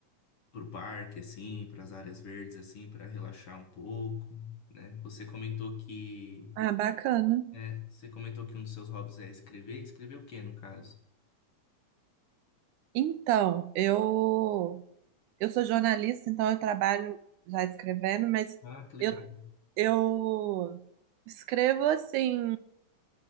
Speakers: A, on the left; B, on the right.
A: pro parque, assim, para as áreas verdes, assim, para relaxar um pouco, né? Você comentou que,
B: Ah, bacana.
A: é, você comentou que um dos seus hobbies é escrever. Escrever o quê, no caso?
B: Então, eu eu sou jornalista, então eu trabalho já escrevendo, mas
A: Ah, que legal.
B: eu eu escrevo assim